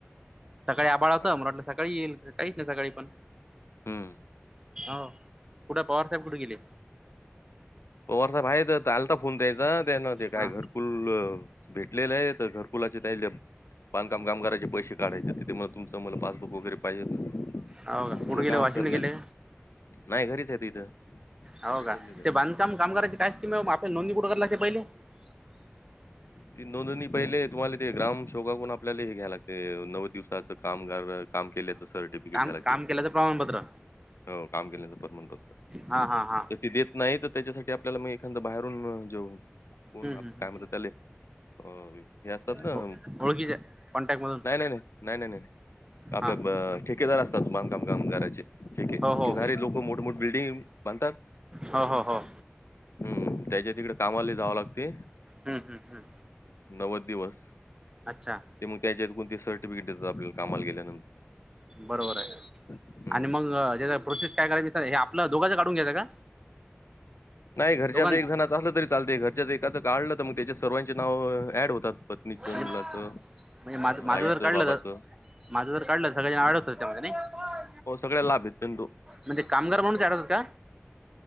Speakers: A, on the right; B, on the left.
A: सकाळी आभाळ आलत
B: नाही.
A: म्हटलं सकाळी येईल काहीच नाही सकाळी पण.
B: हम्.
A: आव, कुठं पवारसाहेब कुठे गेले?
B: पवार साहेब आहेत आलता फोन त्याच तेन काय
A: हा.
B: घरकुल भेट लेले आहेत घरकुलाचे त्यालम, बांधकाम काम करायचे पैसे काढायचे. ते मग तुमचं मला बांधून वगैरे पाहिजेत.
A: हो का
B: तिला
A: कुठे गेले
B: काय हरकत
A: वाशिमला गेले
B: नाहीत, नाही घरीच आहे तिथं.
A: हो
B: रिटर्नलेच
A: का?
B: आहे.
A: ते बांधकाम कामगारांचे काय स्कीम आहे ओ म आपण नोंदी कुठं कराले लागते पहिले. <inaudible>
B: ती नोंदणी पहिले तुम्हाला ते ग्राम शोभाकून आपल्याला हे घ्यायला लागतय नऊ दिवसाचं कामगार काम केल्याचं सर्टिफिकेट
A: काम
B: घ्यायला लागतय.
A: काम केल्याचं प्रमाणपत्र
B: हो काम केल्याचं प्रमाणपत्र,
A: हा हा हा
B: तर ते देत नाहीत. त्याच्यासाठी आपल्याला मग एखादा बाहेरून जो कोण
A: हम्म हम्म
B: काय म्हणतात तले. होय हे असतात ना,
A: हो ओळखीच्या कॉन्टॅक्ट मधून
B: नाही नाही नाही नाही नाही. आपल्या
A: हा
B: ठेकेदार असतात बांधकाम कामगाराचे, ठेके
A: हो हो
B: घेणारे लोक मोठमोठे बिल्डिंग म्हणतात.
A: हा हा हा.
B: हम्म, त्याज्या तिकडे कामाले जावं लागते.
A: हम् हम्म हम.
B: नव्वद दिवस.
A: अच्छा.
B: ते मग त्याच्यात कोणते सर्टिफिकेट देतात आपल्या कामाला गेलं.
A: बरोबर आहे.
B: हम्म.
A: आणि मग त्याचा प्रोसेस काय करायच मी सर हे आपलं दोघांचं काढून घ्यायचं का?
B: नाही घरच्याच
A: दोघांच
B: एक जणा झालं तरी चालते घरच्याच एकाचं काढलं तर मग त्याच्यात सर्वांचे नाव ऍड होतात. पत्नीच,
A: म्हणजे
B: मुलाचं,
A: म्हणजे माझं
B: आईच,
A: जर काढलं
B: बाबाच.
A: माझं तर काढलं सगळे ॲड होतात त्यामध्ये नई.
B: हो सगळ्या लाभ भे. <unintelligible>
A: म्हणजे कामगार म्हणून काढायचं का?